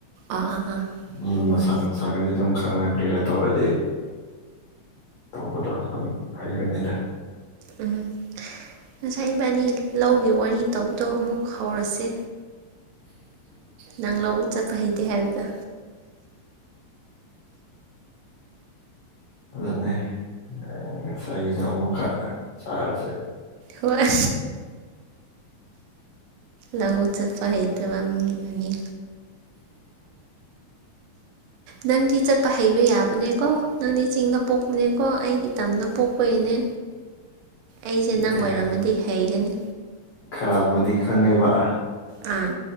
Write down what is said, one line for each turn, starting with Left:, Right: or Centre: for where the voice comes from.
Right: ꯑꯥ ꯑꯥ ꯑꯥ
Left: ꯎꯝ
Right: ꯍꯣꯏ
Left: ꯃꯁꯥ ꯃꯁꯥꯒꯅꯤ ꯑꯗꯨ ꯈꯪꯉꯔꯤꯦ ꯇꯧꯔꯗꯤ ꯇꯧꯕꯗꯣ ꯑꯗꯨꯝ ꯍꯩꯕꯅꯤꯗ
Right: ꯎꯝ ꯉꯁꯥꯏ ꯏꯕꯥꯅꯤ ꯂꯧꯒꯤ ꯋꯥꯔꯤ ꯇꯧꯕꯗꯣ ꯑꯃꯨꯛ ꯍꯧꯔꯁꯦ ꯅꯪ ꯂ ꯎ ꯆ ꯍꯥꯏꯍꯤꯗꯤ ꯍꯥꯏꯔꯗ
Left: ꯑꯗꯨꯅꯤ ꯉ ꯆꯍꯤꯗ ꯑꯃꯨꯛꯀ ꯁꯥꯔꯁꯦ
Right: ꯍꯣꯏ ꯂꯧꯎ ꯆꯄ ꯍꯥꯏꯩ ꯇꯕꯅꯤ ꯅꯪꯗꯤ ꯆꯠꯄ ꯍꯩꯕ ꯌꯥꯕꯅꯦꯀꯣ ꯅꯪꯗꯤ ꯆꯤꯡꯗ ꯄꯣꯛꯄꯅꯦꯀꯣ ꯑꯩꯗꯤ ꯇꯝꯅ ꯄꯣꯛꯄꯩꯅꯦ ꯑꯩꯁꯦ
Left: ꯅꯠꯇꯦ
Right: ꯅꯪ ꯑꯣꯏꯔꯝꯃꯗꯤ ꯍꯩꯒꯅꯤ
Left: ꯈꯔꯕꯨꯗꯤ ꯈꯪꯉꯦꯕ
Right: ꯑꯥ